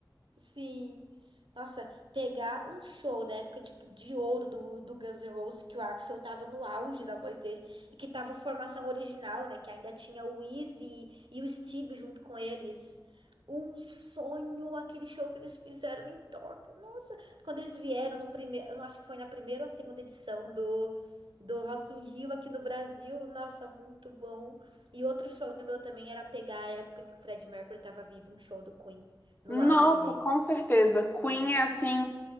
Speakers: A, on the right; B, on the left.
A: Sim. Nossa, pegar um show da época, tipo, de ouro do, do Guns N' Roses, que o Axl tava no auge da voz dele, e que tava a formação original, né? Que ainda tinha o Izzy e o Steve junto com eles. Um sonho aquele show que eles fizeram em Tóquio. Nossa, quando eles vieram no primeiro, eu não acho que foi na primeira ou a segunda edição do do Rock in Rio aqui no Brasil. Nossa, muito bom. E outro sonho meu também era pegar a época que o Fred Mercury tava vivo, um show do Queen no
B: Nossa,
A: auge dele.
B: com certeza. Queen é assim,